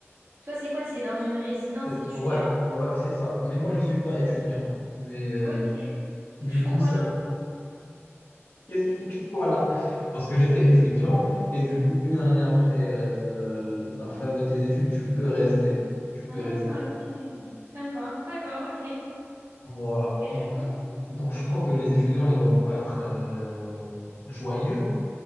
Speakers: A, on the right; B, on the left.
A: Toi, c'est quoi? C'est dans une résidence
B: C'est-
A: étudiante?
B: Ouais, ouais, c'est ça. Mais moi je suis pas étudiant. Mais euh,
A: Ok.
B: du, du
A: Et tu fais
B: coup,
A: quoi
B: ça...
A: là?
B: <laughs> qu'est-ce que pour- pourquoi là? Parce que j'étais étudiant et du coup, une année après euh, la fin de tes études, tu peux rester. Tu peux
A: Ah,
B: rester.
A: ok. Sympa. D'accord, ok.
B: Voilà. Donc,
A: Du coup?
B: donc je crois que les étudiants, ils doivent pas être euh, joyeux.